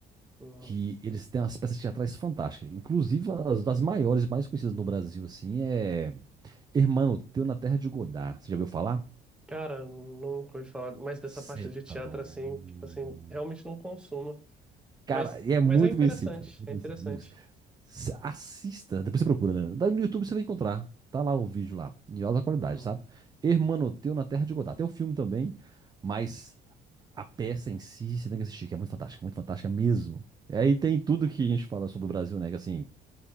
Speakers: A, in the centre; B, on the right.
A: uhum.
B: que eles têm umas peças teatrais fantásticas. Inclusive, as das maiores, mais conhecidas no Brasil, assim, é Hermano Teu na Terra de Godá. Você já ouviu falar?
A: Cara, nunca ouvi falar mais dessa parte
B: Cê
A: de teatro
B: tá doido.
A: assim, tipo assim, realmente não consumo,
B: Cara,
A: mas
B: e é muito
A: mas é interessante,
B: conhecido, velho. Muito
A: é
B: conhecido,
A: interessante.
B: muito conhecido. S- Assista, depois você procura, né? Dá No YouTube você vai encontrar. Tá lá o vídeo lá, em alta qualidade,
A: Uhum.
B: sabe? Hermanoteu na Terra de Godá. Tem o filme também, mas a peça em si você tem que assistir, que é muito fantástica, muito fantástica mesmo. E Aí tem tudo que a gente fala sobre o Brasil, né? Que assim,